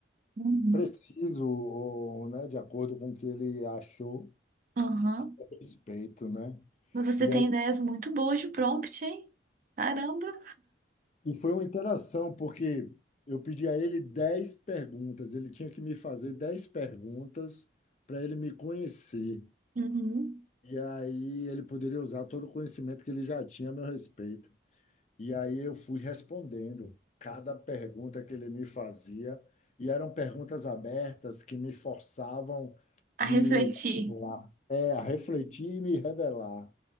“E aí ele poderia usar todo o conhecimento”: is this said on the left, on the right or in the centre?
Left